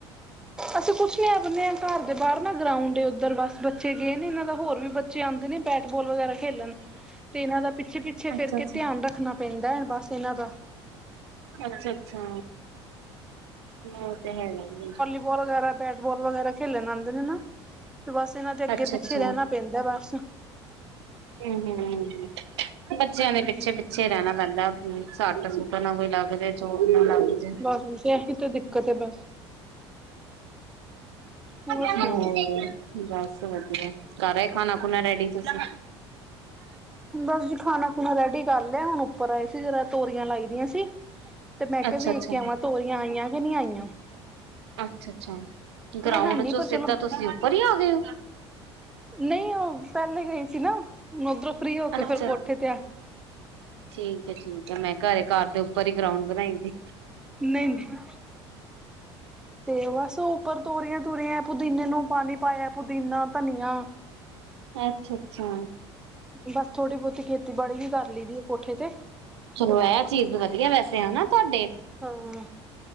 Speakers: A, in the centre; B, on the right.
A: ਅਸੀ ਕੁਛ ਨੀ ਆਪਨੇ ਹ ਘਰ ਦੇ ਬਾਹਰ ਨਾ ਗਰਾਉਂਡ ਏ ਉੱਧਰ ਬਸ ਬੱਚੇ ਗਏ ਨੇ ਇਹਨਾ ਦਾ ਹੋਰ ਵੀ ਬੱਚੇ ਆਉਂਦੇ ਨੇ ਬੈਟ ਬੋਲ ਵਗੈਰਾ ਖੇਲਣ ਤੇ ਇਹਨਾਂ ਦਾ ਪਿੱਛੇ- ਪਿੱਛੇ
B: ਅੱਛਾ-ਅੱਛਾ,
A: ਫਿਰ ਕੇ ਧਿਆਨ ਰੱਖਣਾ ਪੈਂਦਾ ਬਸ ਇਹਨਾਂ ਦਾ।
B: ਅੱਛਾ-ਅੱਛਾ ਇਹ ਤੇ ਹੈਗਾ ਹੀ ਏ।
A: ਫੁਟਬਾਲ ਵਗੈਰਾ, ਬੈਟ ਬਾਲ ਵਗੈਰਾ ਖੇਲੇਣ ਨੂੰ ਆਦੇ ਨੇ ਨਾ। ਤੇ ਬਸ ਇਹਨਾਂ ਦੇ ਅੱਗੇ
B: ਅੱਛਾ-ਅੱਛਾ
A: ਪਿੱਛੇ ਰਹਿਣਾ ਪੈਂਦਾ ਬਸ।
B: ਹੂੰ-ਹੂੰ, ਬੱਚਿਆਂ
A: ਹਮ
B: ਦੇ ਪਿੱਛੇ-ਪਿੱਛੇ ਰਹਿਣਾ ਪੈਂਦਾ। ਸੱਟ-ਸੂਟ ਨਾ ਕੋਈ ਲੱਗ ਜੇ। ਚੋਟ ਨਾ ਲੱਗ ਜੇ।
A: ਬਸ ਬਸ ਇਹੀ ਤਾਂ ਦਿੱਕਤ ਹੈ ਬਸ ਹੋਰ ਸੁਣਾਓ
B: ਹਮ ਬਸ ਵਧੀਆ ਕਰ ਆ ਖਾਣਾ ਖੁਣਾ ਰੈਡੀ ਤੁਸੀ।
A: ਬਸ ਜੀ ਖਾਣਾ-ਖੁਣਾ ਰੈਡੀ ਕਰ ਲਿਆ ਹੁਣ ਉੱਪਰ ਆਏ ਸੀ ਜਦ ਤੋਰੀਆ ਲਾਈ ਦੀਆ ਸੀ। ਤੇ ਮੈਂ ਕਿਹਾ
B: ਅੱਛਾ-ਅੱਛਾ,
A: ਵੇਖ ਕੇ ਆਵਾ ਤੋਰੀਆ ਆਈਆ ਕਿ ਨੀ ਆਈਆ।
B: ਅੱਛਾ-ਅੱਛਾ ਗਰਾਉਂਡ
A: ਹੈਨੀ
B: ਚੋਂ
A: ਪਰ ਚਲੋ
B: ਸਿੱਧਾ ਤੁਸੀਂ ਉੱਪਰ ਹੀ ਆ ਗਏ ਹੋ।
A: ਨਹੀ ਉਹ ਪਹਿਲੇ ਗਈ ਸੀ ਨਾ ਹੁ ਉੱਧਰੋਂ ਫ੍ਰਰੀ ਹੋ ਕੇ
B: ਅੱਛਾ
A: ਫੇਰ ਕੋਠੇ ਤੇ ਆ
B: ਠੀਕ ਹੈ, ਠੀਕ ਆ ਮੈਂ ਘਰੇ ਘਰ ਦੇ ਉੱਪਰ ਹੀ ਗਰਾਉਂਡ ਬਣਾਈ ਦੀ।
A: ਨਹੀਂ-ਨਹੀਂ ਤੇ ਬਸ ਉੱਪਰ ਤੋਰੀਆ ਤੁਰਿਆ ਪੁਦੀਨੇ ਨੂੰ ਪਾਣੀ ਪਾਇਆ ਪੁਦੀਨਾ, ਧਨੀਆ।
B: ਅੱਛਾ-ਅੱਛਾ
A: ਬਸ ਥੋੜ੍ਹੀ ਬਹੁਤੀ ਖੇਤੀਬਾੜੀ ਵੀ ਕਰ ਲਈ ਦੀ ਹੈ ਕੋਠੇ ਤੇ।
B: ਚਲੋ ਇਹ ਚੀਜ਼ ਵਧੀਆ ਵੈਸੇ ਹਨਾ ਤੁਹਾਡੇ।
A: ਹਾਂ